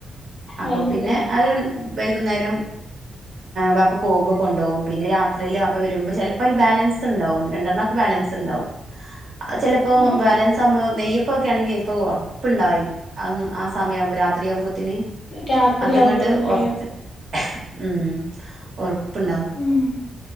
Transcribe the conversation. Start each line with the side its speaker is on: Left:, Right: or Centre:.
Right: അപ്പൊ
Left: അയിനല്ലേ
Right: പിന്നെ അത് വൈകുന്നേരം. വപ്പ പോമ്പോ കൊണ്ടോകും പിന്നെ രാത്രില് അപ്പോ വരുമ്പോ ചെലപ്പോ അല് ബാലൻസ് ഇണ്ടാവും ഒന്ന് രണ്ടെണ്ണംമക്കെ ബാലൻസ് ണ്ടാവും ചെലപ്പോ
Left: ഉം
Right: ബാലൻസ് ആവുമ്പോ നെയ്യ ഇപ്പൊക്കെ ആണെങ്കിൽ ഇപ്പൊ ഉറപ്പുണ്ടായി ആ സമയം രാ രത്രിയാമ്പൂത്തിന്
Left: രാത്രി
Right: അത്
Left: ആവുമ്പോത്തിനല്ലേ
Right: ഇങ്ങോട്ട് ഉറച്ച്. ഉം ഒറപ്പുണ്ടാവും
Left: ഉം